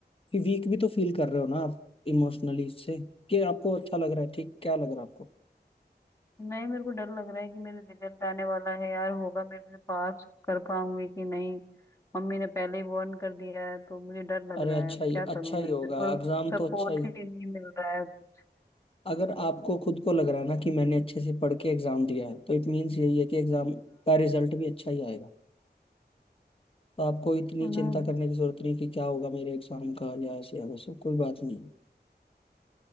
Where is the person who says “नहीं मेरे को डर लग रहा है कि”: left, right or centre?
Left